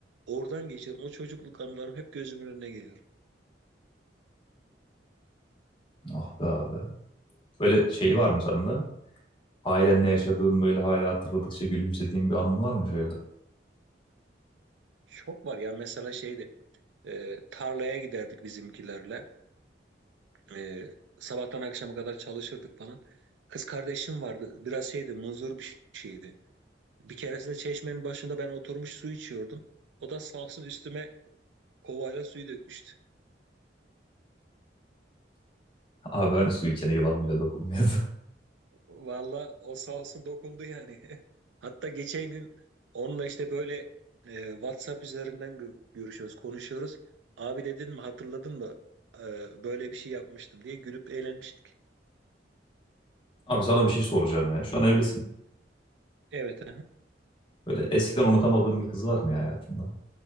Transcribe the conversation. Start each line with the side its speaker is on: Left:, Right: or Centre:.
Right: Oradan geçiyorum. O çocukluk anılarım hep gözümün önüne geliyor.
Left: Ah be abi. Böyle şey var mı sende? Ailenle yaşadığın böyle hala hatırladıkça gülümsediğin bir anın var mı şöyle?
Right: Çok var ya mesela şeydi. E, tarlaya giderdik bizimkilerle. E, sabahtan akşama kadar çalışırdık falan. Kız kardeşim vardı. Biraz şeydi, muzur bir şeydi. Bir keresinde çeşmenin başında ben oturmuş su içiyordum. O da sağ olsun üstüme kovayla suyu dökmüştü.
Left: Abi hani su içene yılan bile dokunmuyordu.
Right: Valla o sağ olsun dokundu yani. <laughs> Hatta geçen gün onunla işte böyle e, WhatsApp üzerinden gö- görüşüyoruz, konuşuyoruz. Abi dedin mi, hatırladın mı? E, böyle bir şey yapmıştım diye gülüp eğlenmiştik.
Left: <laughs> Abi sana bir şey soracağım ya. Şu an evlisin.
Right: Evet.
Left: Böyle eskiden unutamadığın bir kız var mı ya hayatında?